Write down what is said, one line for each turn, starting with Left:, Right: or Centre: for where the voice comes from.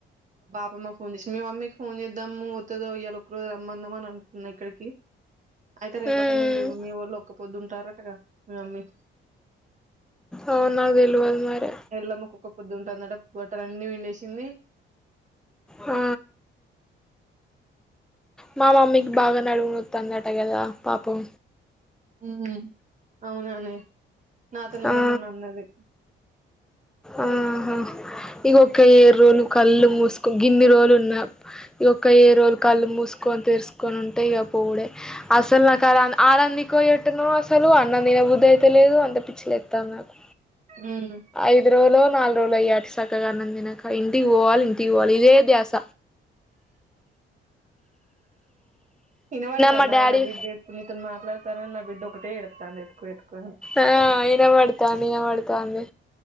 Right: మా అమ్మ ఫోన్ చేసిా మేము అమ్మకి ఫోన్ చేద్దాము మత్తదో ఇయ్యి ఒక రోజు రమ్మందాం అని అనుకున్నా ఇక్కడికి అయితే రేపుఅట
Centre: ఉమ్
Right: మీరు మీవోల్లు వొక పొద్దుంటారటగా మీ మమ్మీ
Centre: అవును నాకు తెల్వదు మరి
Right: ఎల్లమ్మకు ఒక్క పొద్దుంటుందట బట్టలు అన్నీ విండేసి తీమి
Centre: ఆ మా మమ్మీకి బాగా నడుము నోత్తందట గదా పాపం
Right: ఉహు అవుననే నాతోను కూడా
Centre: ఆ
Right: మొన్న అన్నది
Centre: ఆహ ఇగ ఒక్క ఏడు రోజులు కళ్ళు మూసుకో గిన్ని రోజులు ఉన్న ఇక ఒక్క ఏడు రోలు కళ్ళు మూసుకొని తెరుసుకొని ఉంటే ఇక పోవుడే అసలు నాకు అ అ రంధికోయేటునో అసలు అన్నం తిన బుద్ధి అయితేలేదు అంత పిచ్చి లేతంది నాకు
Right: ఉమ్
Centre: ఐదు రోలో నాలుగు రోలు అయ్యే సక్కగా అన్నం తినక ఇంటికి వోవాలి ఇంటికి వోవాలి ఇదే ద్యాస
Right: ఇనవాడుతాందనే
Centre: మా డాడీ
Right: నా బిడ్డ ఏడుతుంది నీతో మాట్లాడతాన నా బిడ్డ ఓకు ఒక్కటే ఏడుతాంది ఎత్తుకో ఎత్తుకో అని
Centre: ఆ ఇనవడుతాంది ఇనవడుతాంది